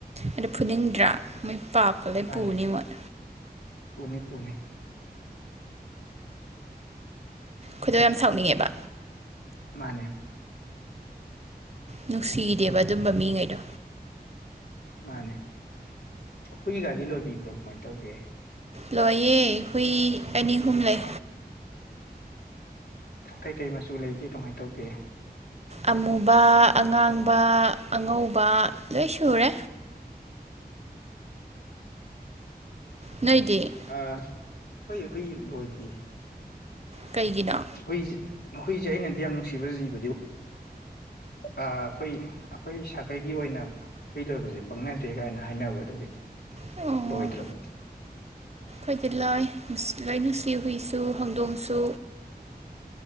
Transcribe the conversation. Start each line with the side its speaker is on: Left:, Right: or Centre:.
Right: ꯑꯗꯨ ꯐꯨꯅꯤꯡꯗ꯭ꯔꯥ ꯃꯣꯏ ꯄꯥꯞ ꯀꯥ ꯂꯣꯢ
Left: ꯃꯥꯅꯦ
Right: ꯄꯨꯅꯤ ꯃꯣꯏ
Left: ꯄꯨꯅꯤ ꯄꯨꯅꯤ
Right: ꯈꯣꯏꯗꯧ ꯌꯥꯝ ꯁꯥꯎꯅꯤꯡꯉꯦꯕ
Left: ꯃꯥꯅꯦ
Right: ꯅꯨꯡꯁꯤꯗꯦꯕ ꯑꯗꯨꯝꯕ ꯃꯤꯉꯩꯗꯣ
Left: ꯃꯥꯅꯦ ꯍꯨꯏꯒꯥꯗꯤ ꯂꯣꯏꯕꯤꯕ꯭ꯔꯣ ꯀꯃꯥꯏ ꯇꯧꯒꯦ
Right: ꯂꯣꯏꯌꯦ ꯍꯨꯏ ꯑꯅꯤ ꯑꯍꯨꯝ ꯂꯩ
Left: ꯀꯩ ꯀꯩ ꯃꯆꯨ ꯂꯩꯒꯦ ꯀꯃꯥꯏ ꯇꯧꯒꯦ
Right: ꯑꯃꯨꯕ ꯑꯉꯥꯡꯕ ꯑꯉꯧꯕ ꯂꯣꯏ ꯁꯨꯔꯦ ꯅꯣꯏꯗꯤ
Left: ꯑꯍꯨꯏ ꯑꯩꯈꯣꯏ ꯂꯣꯏꯗꯦ
Right: ꯀꯩꯒꯤꯅꯣ
Left: ꯍꯨꯏꯁꯦ ꯍꯨꯏꯁꯦ ꯑꯩꯅꯗꯤ ꯌꯥꯝ ꯅꯨꯡꯁꯤꯕ ꯖꯤꯕꯗꯤ ꯑ ꯑꯩꯈꯣꯏꯒꯤ ꯑꯩꯈꯣꯏ ꯁꯥꯀꯩꯒꯤ ꯑꯣꯏꯅ ꯍꯨꯏ ꯂꯣꯏꯕꯁꯦ ꯄꯛꯅꯗꯦ ꯀꯥꯏꯅ ꯍꯥꯏꯅꯕꯗꯨꯒꯤ
Right: ꯑꯣ
Left: ꯂꯣꯏꯗ꯭ꯔꯕ
Right: ꯑꯩꯈꯣꯏꯗꯤ ꯂꯣꯏ ꯂꯣꯏ ꯅꯨꯡꯁꯤ ꯍꯨꯏꯁꯨ ꯍꯧꯗꯣꯡꯁꯨ